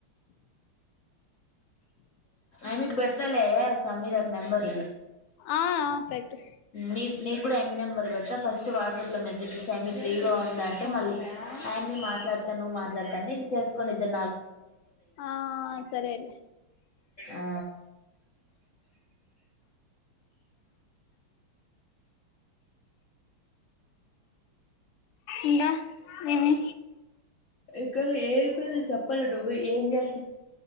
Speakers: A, on the left; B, on the left.
A: అమిక్కీ పెడు ఇస్తాలే సమీరా కి నెబర్
B: ఆ ఆ పెట్టు
A: నీ నీకు కూడా ఆమె నెంబర్ ఫస్ట్ వాట్సాప్ లో మెసేజ్ చేసి మీ ఫ్రీగా ఉంద అంటే మళ్ళీ ఆయన మీ మాట్లాడతాను మాట్లాతంటే ఇ చేసుకొనిఇద్దరు
B: ఆ సరే అయితే
A: ఆ
B: ఇంగ ఏమి
A: ఇంకా ఏ ఏ <unintelligible> చేపలు నువ్వే ఎం చేస్తా